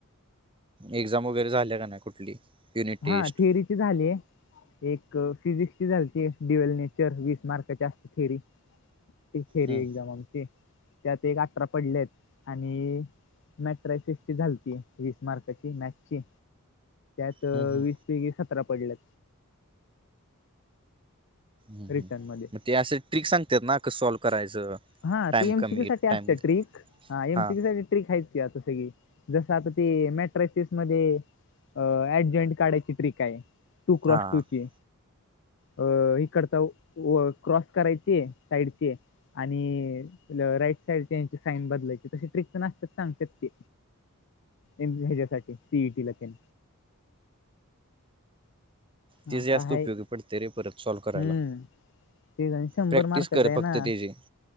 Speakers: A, on the right; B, on the left.
A: एक्झाम वगैरे झाल्या का नाई कुठली युनिट
B: हा
A: टेस्ट
B: थिअरीची झालीय एक फिजिक्स ची झालती डिवेल नेचर वीस मार्काची जास्त थेरी ती थेरी
A: हम्म,
B: एझ्माम आमची त्यात एक अठरा पडलेत आणि मॅट्रासिस ची झालती वीस मार्काची मॅथ्स ची वीस
A: हम्म, हम्म,
B: पैकी सतरा पडल्यात
A: ह
B: रिटर्न मध्ये
A: मग ते असं ट्रिक सांगत्यात ना कस सॉल्व करायचं
B: हा
A: टाइम
B: ती एम
A: कमी
B: सी क्यू साठी असते
A: टाइममध्ये
B: ट्रिक हा एमसीकी
A: हां
B: साठी ट्रिक आहेच की आता सगळी जस आता ते मॅट्रासिस मध्ये अ ऍडजॉइंट काढायची ट्रिक आहे टू क्रास
A: हां
B: टूची अ इकड तर क्रॉस करायची साईडची आणि राईट साईडची साईन बदलायची तसे ट्रिक पण असतेत सांगतात की ह्याच्यासाठी सीईटीला तेन
A: ति
B: आता
A: जे जास्त
B: हाय
A: उपयोगी पडतय रे परत सॉल्व करायला.
B: हम्म ते नाही शंभर
A: प्रॅक्टिस
B: मार्काच
A: कर
B: आहे
A: फक्त
B: ना
A: त्याची